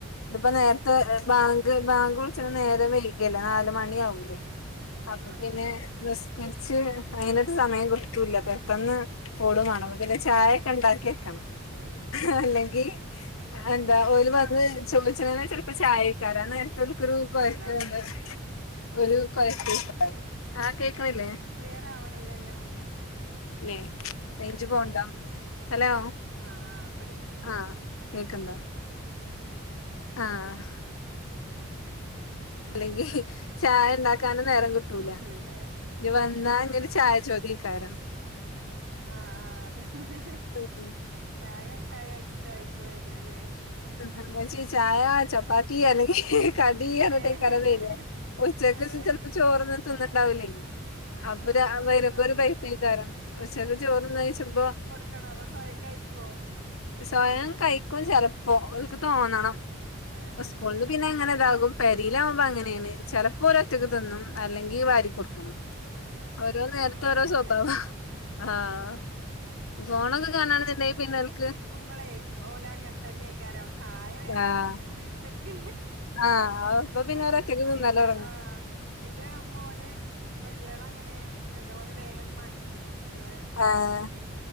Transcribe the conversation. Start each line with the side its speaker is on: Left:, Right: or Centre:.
Left: ഇതിപ്പോ
Right: ഉം
Left: നേരത്തെ
Right: ഉം
Left: ബാങ്ക് ബാങ്ക് വിളിച്ചണ നേരം വൈകിയല്ലോ നാല് മ ണിയാവൂലേ
Right: ഉം ഉം ഉം
Left: അപ്പൊ
Right: നാല്
Left: പിന്നെ
Right: മണിയാവും
Left: നിസ്കരിച്ച് അങ്ങനെക്കെ സമയം
Right: ഉം
Left: കൊറേ ല്ല പെട്ടെന്ന് ഓടൂം
Right: ഉം
Left: വേണം അപ്പ പിന്നെ ചായയൊക്കെ ഉണ്ടാക് ക്കിവെക്കണം
Right: ഉം
Left: അല്ലെങ്കി എന്താ ഓല് വന്ന് ചോദിച്ചണതന്നെ ചിലപ്പോ ആ നേരത്തോൽക്കൊരു കൊയക്ക
Right: ഹലോ
Left: എന്താ ഒരു കൊയക്കായികാരം ആഹ് കേക്കണില്ലേ?
Right: ക്ലിയറാവണില്ലല്ലോ.
Left: ല്ലേ റേഞ്ച് പോവണ്ടോ ഹലോ?
Right: ആഹ് ആഹ് ഇപ്പം കേക്കണ്ട്
Left: ആഹ് കേക്ക്ണ്ടോ
Right: പറയ് ഉം
Left: ആഹ് അല്ലെങ്കി
Right: വേറെ
Left: ചായ ഉണ്ടാക് ക്കാനും നേരം കിട്ടൂല
Right: അല്ലേ നേര
Left: ഇനി വന്നാ
Right: ആഹ്
Left: ഇന്യൊരു ചായ ചോദ്യക്കാരം.
Right: ആഹ് ആഹ് അതന്നെ
Left: ഉം
Right: ചായ ചായോച്ചിട്ടാരിക്കും വര്വല്ലെ
Left: ഉമ്മച്ചി ചായ ചപ്പാത്തി അല്ലെങ്കി കടി
Right: ഏഹ്
Left: എന്നിട്ടിക്കാരം വര്വ ഉച്ചക്ക്
Right: ഏഹ്
Left: ചെൽപ്പൊ ചോറൊന്നും തിന്ന്ണ്ടാവൂല്ലേ.
Right: ആഹ്
Left: അപ്പൊ
Right: ആഹ്
Left: ഒരു
Right: ആഹ്
Left: വെരമ്പ
Right: അതാവും
Left: ഒരു പൈപ്പ് കാരം ഉച്ചക്ക് ചോറ്ന്നോയിച്ചപ്പൊ-
Right: ക്കണൊ അതൊ സ്വയങ്കയിക്കൊ
Left: സ്വയം കയിക്കും ചെലപ്പൊ അവൽ ക്ക് തോന്നണം
Right: ആഹ് ആഹ്
Left: സ്കൂളിന്ന് പിന്നെ ഇങ്ങനെ ഇതാകും പെരീല് ആവുമ്പൊ അങ്ങനേണ് ചെല പ്പൊ വരൊറ്റക്ക്
Right: ആഹ്
Left: തിന്നും അല്ലെങ്കി
Right: ആഹ്
Left: വാരി കൊടുക്കണം
Right: ആഹ്
Left: ഓരോ
Right: എന്റെ
Left: നേരത്ത്
Right: മോളും
Left: ഓരോ
Right: അങ്ങനെ
Left: സ്വബാവാ
Right: തന്നെ
Left: ആഹ്
Right: ഉം
Left: ഫോണൊക്കെ കാണാണാന്നൊണ്ടെങ്കി പിന്നെ എനക്ക്
Right: ക്കുമ്പളേ ഓല് അങ്ങനെത്തന്നേക്കാരം തഴെ വേറൊരു
Left: ആഹ്
Right: കുട്ടീംകൂ ടിണ്ടെങ്കി
Left: ആഹ് അപ്പൊ പിന്നെ ഓലൊറ്റക്ക്
Right: അങ്ങനെ ചെ-
Left: തിന്നലൊടങ്ങും
Right: യ്യില്ല ആഹ് ന്റെ മോന്- വല്യാള് അങ്ങനെ ഇന്ന്ന്തോ ഓന് വേഗം മാറ്റിക്ക്ണ് ഇവള്- ണ്ടായതോണ്ടേ.
Left: ആഹ്